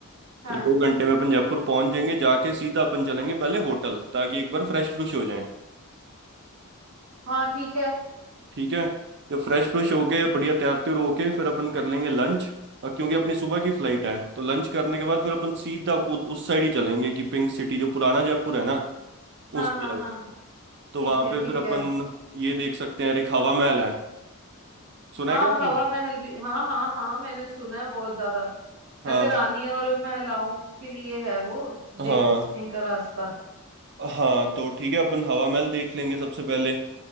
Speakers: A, on the right; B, on the right.
A: हाँ
B: तो दो घंटे में अपन जयपुर पहुंच जाएंगे जाके सीधा अपन चलेंगे पहले होटल ताकि एक बार फ्रेश फ्रूश हो जाए
A: हाँ ठीक है
B: ठीक है जब फ्रेश फ्रूश हो गए बढ़िया तैयार त्यार होके फिर अपन कर लेंगे लंच और क्योंकि अपनी सुबह की फ्लाइट है तो लंच करने के बाद फिर अपन सीधा उ, उस साइड ही चलेंगे कि पिंक सिटी जो पुराना जयपुर है ना
A: हाँ
B: उस
A: हाँ
B: तरफ
A: हाँ
B: तो
A: ठीक
B: वहां
A: है
B: पे
A: ठीक
B: फिर अपन
A: है
B: ये देख सकते हैं एक हवा महल है सुना
A: हाँ
B: है क्या आपने
A: हवा महल भी हाँ हाँ हाँ मैंने सुना है बहुत ज्यादा
B: हाँ
A: कहते रानी और महिलाओं के लिए है वो
B: हाँ
A: देखने का रास्ता
B: हाँ तो ठीक है अपन हवा महल देख लेंगे सबसे पहले